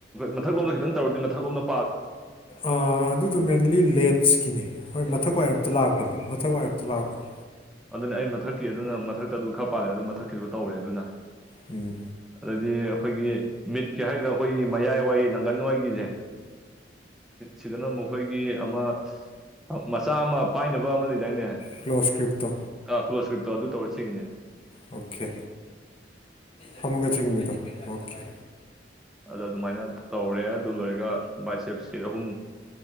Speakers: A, in the centre; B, on the left.
A: ꯃꯊꯛ ꯂꯣꯝꯗ ꯈꯤꯇꯪ ꯇꯧꯔꯗꯤ ꯃꯊꯛ ꯂꯣꯝꯗ
B: ꯑ ꯑꯗꯨꯗꯣ ꯃꯦꯟꯂꯤ ꯂꯦꯠꯁꯀꯤꯅꯤ ꯍꯣꯏ ꯃꯊꯛ ꯋꯥꯏꯔꯞꯇ ꯂꯥꯛꯄꯅꯤ ꯃꯊꯛ ꯋꯥꯏꯔꯞꯇ ꯂꯥꯛꯄꯅꯤ
A: ꯑꯗꯨꯅꯦ ꯑꯩ ꯃꯊꯛꯀꯤ ꯑꯗꯨꯅ ꯃꯊꯛꯇ ꯑꯗꯨꯝ ꯈꯔ ꯄꯥꯜꯂꯦꯅ ꯑꯗꯨꯝ ꯃꯊꯛꯀꯤꯗꯣ ꯇꯧꯔꯦ ꯑꯗꯨꯅ
B: ꯎꯝ
A: ꯑꯗꯗꯤ ꯑꯩꯈꯣꯏꯒꯤ ꯃꯤꯠꯀꯤ ꯍꯥꯏꯗ꯭ꯔꯥ ꯑꯩꯈꯣꯏꯒꯤ ꯃꯌꯥꯏ ꯋꯥꯏ ꯅꯪꯒꯟ ꯋꯥꯏꯒꯤꯁꯦ ꯁꯤꯗꯅ ꯃꯈꯣꯏꯒꯤ ꯑꯃ ꯃꯆꯥ ꯑꯃ ꯄꯥꯏꯅꯕ ꯑꯃ ꯂꯩꯗꯥꯏꯅꯦ
B: ꯀ꯭ꯂꯣꯁ ꯏꯁꯀ꯭ꯔꯤꯞꯇꯣ
A: ꯑ ꯀ꯭ꯂꯣꯁꯀ꯭ꯔꯤꯞꯇꯣ ꯑꯗꯨ ꯇꯧꯔ ꯆꯁꯤꯡꯅꯦ
B: ꯑꯣꯀꯦ ꯍ ꯃꯒ ꯆꯒꯨꯝꯕꯤꯗꯣ ꯑꯣꯦ
A: ꯑꯗ ꯑꯗꯨꯃꯥꯏꯅ ꯇꯧꯔꯦ ꯑꯗꯨ ꯂꯣꯏꯔꯒ ꯋꯥꯕꯥꯏꯆꯦꯞ ꯁꯤꯦꯠ ꯑꯍꯨꯝ